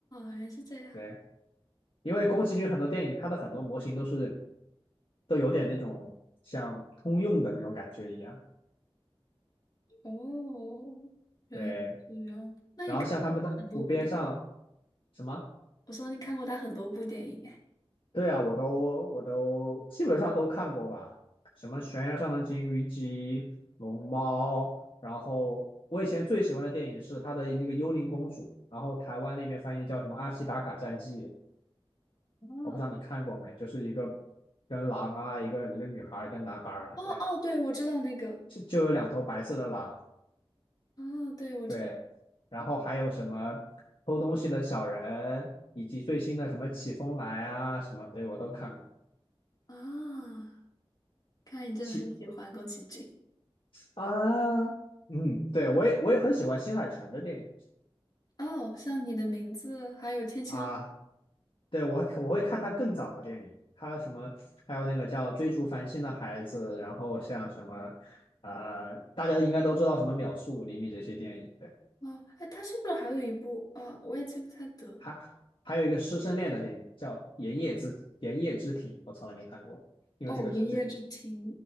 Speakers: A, on the left; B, on the left.
A: 原来是这样。
B: 对，因为宫崎骏很多电影，它的很多模型都是都有点那种像通用的那种感觉一样。
A: 哦，原来是这样。
B: 对，
A: 那你看过他很多部电
B: 然后像他们在湖边上什么，
A: 我说你看过他很多部电影哎。
B: 对啊，我都我都基本上都看过吧，什么悬崖上的金鱼姬、龙猫，然后我以前最喜欢的电影是他的那个《幽灵公主》，然后台湾那边翻译叫什么《阿西达卡战记》，
A: 哦，
B: 我不知道你看过没，就是一个跟狼啊，一个一个女孩儿，一个男孩儿，
A: 哦哦，
B: 对。
A: 对，我知道那个。
B: 就就有两头白色的狼，
A: 哦，对，我知道。
B: 对，然后还有什么偷东西的小人，以及最新的什么起风来啊什么，对我都看过。
A: 啊、看来你真的很喜欢宫崎骏。
B: 起啊，嗯，对我也我也很喜欢新海诚的电影
A: 哦，像你的名字，还有天气之。
B: 啊，对我我会看他更早的电影，他什么还有那个叫《追逐繁星的孩子》，然后像什么呃，大家应该都知道什么《秒速五厘米》这些电影，对。
A: 哦，哎，他是不是还有一部啊？我也记不太得了。
B: 还还有一个师生恋的电影叫《盐业之盐业之庭》，我从来没看过，因为这个这
A: 哦，《爷爷之庭》